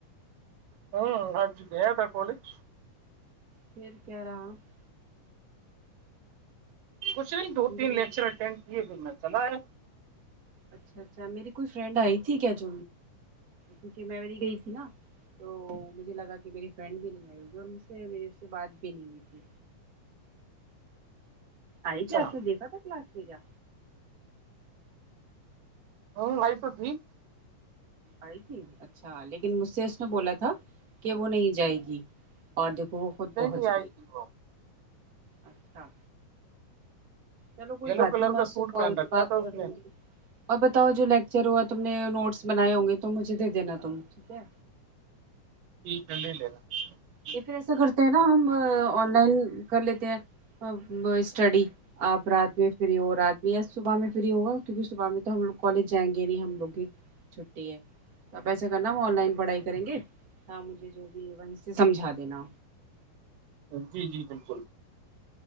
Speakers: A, on the right; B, on the right.
A: ہوں آج گیا تھا کالج
B: پھر کیا رہا <inaudible>
A: کچھ نہیں دو
B: میرے
A: تین لیکچر اٹینڈ کیے پھر میں چلا ہے
B: اچھا اچھا میری کوئی فرینڈ آئی تھی کیا چ کیونکہ میںیری گئی تھی نا <unintelligible> تو مجھے لگا کہ میری فرینڈ بھی نہیں آئی ہوگی اور مجھ سے میری اس سے بات بھی نہیں ہوئی تھی آئی
A: اچھا
B: تے آپ نے دیکھا تھا کلاس کے کیا
A: ہوں لائف تو ٹھیک
B: آئی تھی اچھا لیکن مجھ سے اس نے بولا تھا کہ وہ نہیں جائے گی اور دیکھو وہ خود پہنچ
A: نہیں نہیں آئی
B: گئی
A: تھی وہ
B: اچھا چلو کوئی
A: یلو
B: بات
A: کلر
B: نہیں میں
A: کا
B: آپ
A: سوٹ
B: سے کال
A: پہن رکھا
B: پہ بات
A: تھا اس
B: کر لوں
A: نے
B: گی اور بتاؤ جو لیکچر ہوا تم نے نوٹس بنائے ہوں گے تو مجھے دے دینا تم ٹھیک ہے
A: یہ پل لےینا <unintelligible>
B: یہ پھر ایسا کرتے ہیں نا ہم آن لائن کر لیتے ہیں اسٹڈی آپ رات میں فری ہو رات میں یا صبح میں فری ہوگا کیونکہ صبح میں تو ہم لوگ کالج جائیں گے نہیں ہم لوگ بھی چھٹی ہے تو آپ ایسا کرنا ہم آن لائن پڑھائی کریں گے مجھے جو بھی وہ سمجھا دینا
A: جی جی بالکل